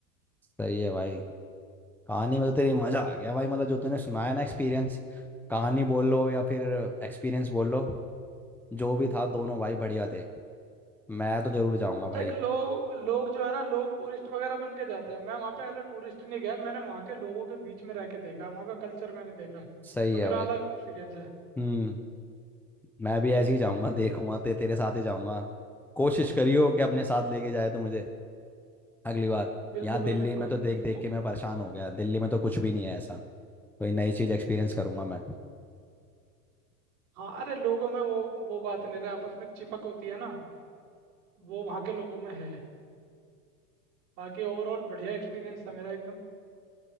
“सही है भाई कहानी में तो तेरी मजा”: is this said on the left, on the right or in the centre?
Centre